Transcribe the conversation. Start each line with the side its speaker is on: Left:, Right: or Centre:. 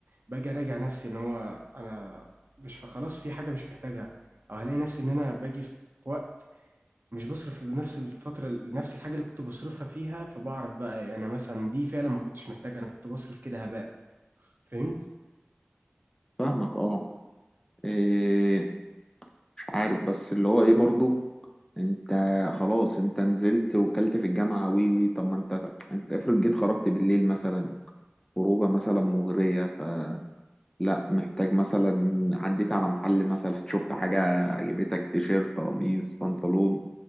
Right: باجي اراجع نفسي ان هو انا مش خلاص في حاجه مش محتاجها او هلاقي نفسي ان انا باجي في وقت مش بصرف في نفس الفتره نفس الحاجه اللي كنت بصرفها فيها فبعرف بقى يعني انا مثلا دي فعلا ما كنتش محتاجها انا كنت بصرف كده هباء فهمت
Left: فاهمك اه إيه مش عارف بس اللي هو ايه برضو انت خلاص انت نزلت وكلت في الجامعة وي وي طب ما انت انت افرض جيت خرجت بالليل مثلا خروجة مثلا مغرية فلا محتاج مثلا عديت على محل مثلا شفت حاجة عجبتك تيشيرت قميص بنطلون